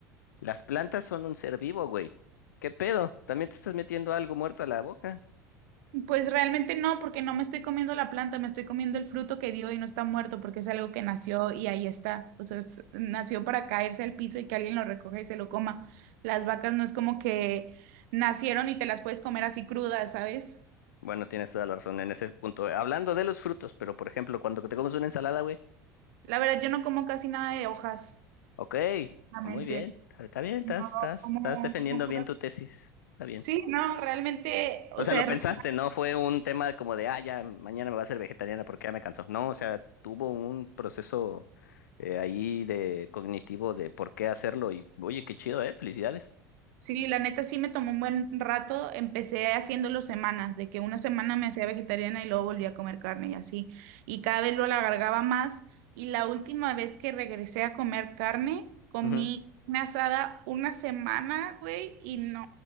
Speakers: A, on the left (about 70°); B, on the right (about 60°).
A: Las plantas son un ser vivo, güey. ¿Qué pedo? ¿También te estás metiendo algo muerto a la boca?
B: Pues realmente no, porque no me estoy comiendo la planta, me estoy comiendo el fruto que dio y no está muerto porque es algo que nació y ahí está. O sea, es- nació para caerse al piso y que alguien lo recoja y se lo coma. Las vacas no es como que nacieron y te las puedes comer así crudas, ¿sabes?
A: Bueno, tienes toda la razón en ese punto. Hablando de los frutos, pero por ejemplo, cuando te comes una ensalada, güey.
B: La verdad, yo no como casi nada de hojas,
A: Ok,
B: realmente.
A: muy bien, está está bien, estás,
B: No,
A: estás,
B: como,
A: estás defendiendo
B: como...
A: bien tu tesis. Está bien.
B: Sí, no, realmente,
A: O
B: o
A: sea,
B: sea,
A: lo
B: es
A: pensaste,
B: raro.
A: no fue un tema como de, ah, ya mañana me voy a hacer vegetariana porque ya me cansó. No, o sea, tuvo un proceso eh, ahí de cognitivo de por qué hacerlo y, oye, qué chido, ¿eh? Felicidades.
B: Sí, la neta sí me tomó un buen rato. Empecé haciéndolo semanas, de que una semana me hacía vegetariana y luego volví a comer carne y así. Y cada vez lo alargaba más. Y la última vez que regresé a comer carne, comí
A: Ujú.
B: carne asada una semana, güey, y no